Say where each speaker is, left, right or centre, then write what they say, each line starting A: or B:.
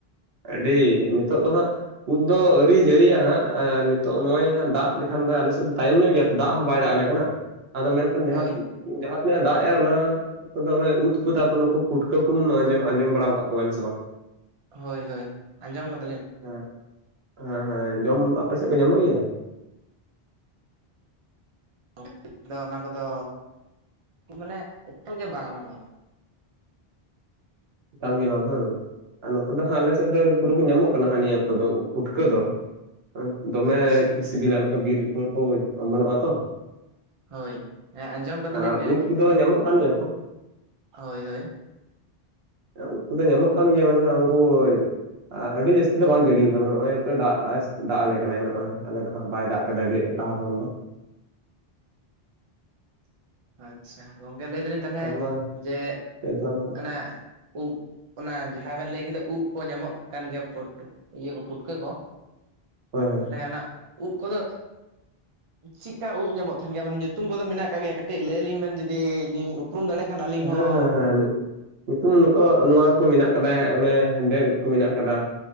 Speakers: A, on the right (about 75°); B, on the right (about 40°).
A: ᱟᱹᱰᱤ ᱱᱤᱛᱚᱜ ᱫᱚ ᱦᱟᱸᱜ ᱩᱫᱽ ᱫᱚ ᱟᱹᱣᱨᱤ ᱡᱟᱹᱨᱤᱜ-ᱟ ᱦᱟᱸᱜ ᱱᱤᱛᱚᱜ ᱱᱚᱜ-ᱚᱭ ᱫᱟᱜ ᱞᱮᱠᱷᱟᱱ ᱫᱚ ᱟᱞᱮ ᱥᱮᱫ ᱫᱚ ᱛᱟᱭᱚᱢ ᱧᱚᱜ ᱜᱮᱭᱟ᱾ ᱫᱟᱜ ᱦᱚᱸ ᱵᱟᱭ ᱫᱟᱜ ᱟᱞᱮ ᱠᱟᱱᱟ, ᱟᱫᱚ ᱢᱮᱱᱠᱷᱟᱱ ᱡᱟᱦᱟᱸ
B: ᱦᱳᱭ
A: ᱡᱟᱦᱟᱸᱛᱤᱱᱟᱹᱜ ᱮ ᱫᱟᱜ ᱮᱼᱟ ᱚᱱᱟ ᱟᱯᱮ ᱚᱱᱮ ᱩᱫ ᱠᱚ ᱛᱟᱨᱯᱚᱨ ᱱᱩᱠᱩ ᱯᱩᱴᱠᱟᱹ ᱠᱚᱢ ᱟᱹᱡᱚ-ᱟᱸᱡᱚᱢ ᱵᱟᱲᱟ ᱟᱠᱟᱫ ᱠᱚᱣᱟ ᱵᱮᱱ ᱥᱮ ᱵᱟᱝ?
B: ᱦᱳᱭ ᱦᱳᱭ ᱟᱸᱡᱚᱢ ᱠᱟᱛ
A: ᱟᱪᱷᱟ ᱦᱮᱸ ᱦᱮᱸ ᱡᱚᱢ ᱟᱯᱮ ᱥᱮᱫ ᱠᱚ ᱧᱟᱢᱚᱜ ᱜᱮᱭᱟ?
B: <inaudible> ᱫᱚ ᱚᱱᱟ ᱠᱚᱫᱚ ᱢᱟᱱᱮ ᱮᱠᱟᱞ ᱜᱮ ᱵᱟᱝ ᱚᱱᱟᱫᱚ᱾
A: ᱠᱟᱞ ᱜᱮ ᱵᱟ ᱦᱮ ᱟᱨ ᱱᱚᱛᱮ ᱫᱚ ᱦᱟᱸᱜ ᱟᱞᱮᱥᱮᱫ ᱫᱚ ᱯᱩᱨᱟᱹ ᱠᱚ ᱧᱟᱢᱚᱜ ᱠᱟᱱᱟ ᱦᱟᱸᱜ ᱱᱤᱭᱟᱹ ᱚᱠᱛᱚ ᱫᱚ ᱩᱫ ᱯᱩᱴᱠᱟᱹ ᱫᱚ᱾ ᱟᱸ ᱫᱚᱢᱮ
B: ᱟᱪᱪᱷᱟ
A: ᱠᱚ ᱥᱤᱵᱤᱞᱟ ᱱᱚᱠᱟ ᱵᱤᱨ ᱨᱤᱠᱩᱱ ᱠᱚ ᱚᱢᱚᱱᱚᱜᱼᱟ ᱛᱚ᱾
B: ᱦᱳᱭ ᱦᱮᱸ ᱟᱸᱡᱚᱢ ᱟᱠᱟᱫᱟ
A: ᱟᱨ
B: ᱞᱤᱧ ᱡᱮ
A: ᱩᱫ ᱠᱚᱫᱚ ᱧᱟᱢᱚᱜ ᱠᱟᱱ ᱜᱮᱭᱟ ᱠᱚ
B: ᱦᱳᱭ ᱦᱳᱭ
A: ᱮᱜ ᱩᱫ ᱠᱚᱫᱚ ᱧᱟᱢᱚᱜ ᱠᱟᱱ ᱜᱮᱭᱟ ᱢᱮᱱᱠᱷᱟᱱ ᱩᱱᱠᱩᱭ ᱟ ᱟᱹᱰᱤ ᱡᱟᱹᱥᱛᱤ ᱫᱚ ᱵᱟᱝ ᱡᱟᱹᱲᱤᱭ ᱠᱟᱱᱟ ᱱᱚᱜᱚᱭ ᱛᱚ ᱫᱟᱜ ᱫᱟᱜ ᱟᱞᱮ ᱠᱟᱱᱟᱭ ᱱᱚᱜᱚᱭ ᱟᱞᱮ ᱫᱚ ᱦᱟᱸᱜ ᱵᱟᱭ ᱫᱟᱜ ᱠᱟᱫᱟᱭ ᱴᱤ ᱞᱟᱦᱟ ᱠᱷᱚᱱ ᱫᱚ
B: ᱟᱪᱪᱷᱟ ᱜᱚᱝᱠᱮ ᱞᱟᱹᱭ ᱫᱟᱞᱤᱧ ᱛᱟᱦᱚᱞᱮ
A: ᱦᱮᱸ ᱢᱟ
B: ᱡᱮ
A: ᱞᱟᱹᱭ ᱛᱟᱞᱟᱝ ᱢᱮ ᱦᱟᱸᱜ
B: ᱚᱱᱮ ᱩᱵ ᱚᱱᱟ ᱡᱟᱦᱟᱸ ᱵᱮᱱ ᱞᱟᱹᱭ ᱠᱮᱫᱟ ᱩᱜ ᱠᱚ ᱧᱟᱢᱚᱜ ᱠᱟᱱ ᱜᱮᱭᱟ ᱯᱩᱴ ᱤᱭᱟᱹ ᱠᱚ ᱯᱩᱴᱠᱟᱹ ᱠᱚ
A: ᱦᱳᱭ ᱦᱳᱭ
B: ᱛᱟᱦᱟᱞᱮ ᱚᱱᱟ ᱩᱜ ᱠᱚᱫᱚ ᱪᱮᱫᱠᱟ ᱩᱜ ᱧᱟᱢᱚᱜ ᱛᱟᱦᱮᱱ ᱜᱮᱭᱟ ᱢᱟᱱᱮ ᱧᱩᱛᱩᱢ ᱠᱚᱫᱚ ᱢᱮᱱᱟᱜ ᱟᱠᱟᱟᱜ ᱜᱮᱭᱟ ᱠᱟ ᱛᱤᱡ ᱞᱟᱹᱭ ᱞᱤᱧ ᱵᱮᱱ ᱡᱩᱫᱤ ᱞᱤᱧ ᱩᱯᱨᱩᱢ ᱫᱟᱲᱮ ᱠᱷᱟᱱ ᱟᱹᱞᱤᱧ
A: ᱦᱮᱸ
B: ᱦᱚᱸ
A: ᱦᱮᱸ ᱦᱮᱸ ᱧᱩᱛᱩᱢ ᱞᱮᱠᱚ ᱱᱚᱣᱟ ᱠᱚ ᱢᱮᱱᱟᱜ ᱠᱟᱫᱟ ᱚᱱᱮ ᱦᱮᱸᱫᱮ ᱩᱜ ᱠᱚ ᱢᱮᱱᱟᱜ ᱠᱟᱫᱟ᱾